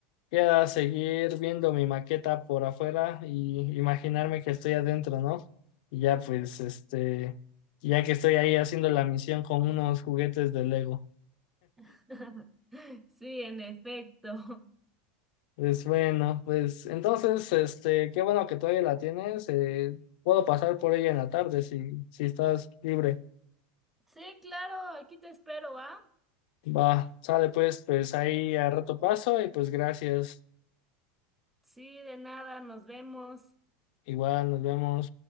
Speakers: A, on the left; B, in the centre.
A: Queda seguir viendo mi maqueta por afuera y imaginarme que estoy adentro, ¿no? Y ya pues, este, ya que estoy ahí haciendo la misión con unos juguetes de Lego.
B: <laughs> Sí, en efecto. <laughs>
A: Pues bueno, pues entonces, este, qué bueno que todavía la tienes. eh, puedo pasar por ella en la tarde si, si estás libre.
B: Sí, claro, aquí te espero, ¿ah?
A: Va, sale pues, pues ahí a rato paso y pues gracias.
B: Sí, de nada, nos vemos.
A: Igual, nos vemos.